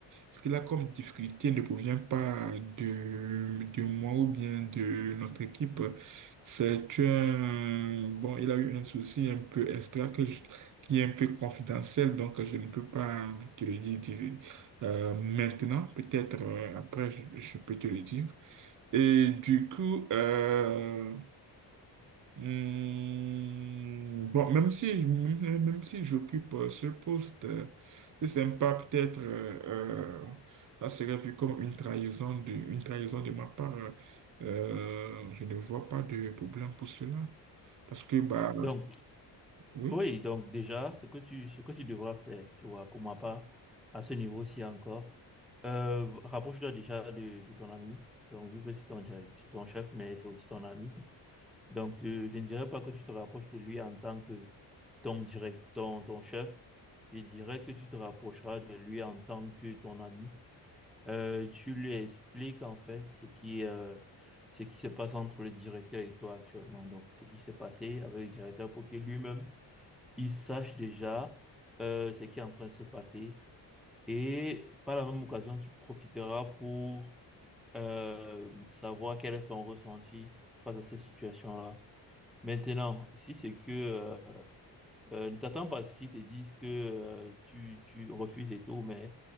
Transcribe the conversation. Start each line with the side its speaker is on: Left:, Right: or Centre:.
Right: ce qu'il a comme difficulté ne provient pas de, de moi ou bien de notre équipe. C'est un, bon, il a eu un souci un peu extra que je- qui est un peu confidentiel, donc je ne peux pas te le dire dire, euh, maintenant. Peut-être euh, après, je, je peux te le dire. Et du coup, euh, Hmm, Bon, même si, je- même même si j'occupe euh, ce poste, euh, c'est sympa, peut-être, euh, euh, ça serait vu comme une trahison de, une trahison de ma part. euh, euh, je ne vois pas de problème pour cela. Parce que, bah,
Centre: Donc,
Right: oui,
Centre: oui, donc déjà, ce que tu, ce que tu devras faire, tu vois, pour ma part, à ce niveau-ci encore, euh, rapproche-toi déjà de, de ton ami. Donc, vu que c'est ton direct, c'est ton chef, mais c'est aussi ton ami. Donc, euh, je ne dirais pas que tu te rapproches de lui en tant que ton direct, ton, ton chef. Je dirais que tu te rapprocheras de lui en tant que ton ami. Euh, tu lui expliques en fait ce qui, euh, ce qui se passe entre le directeur et toi actuellement. Donc, ce qui s'est passé avec le directeur pour que lui-même, il sache déjà euh, ce qui est en train de se passer. Et par la même occasion, tu profiteras pour euh, savoir quel est son ressenti face à cette situation-là. Maintenant, si c'est que euh, euh, ne t'attends pas à ce qu'ils te disent que euh, tu, tu refuses et tout, mais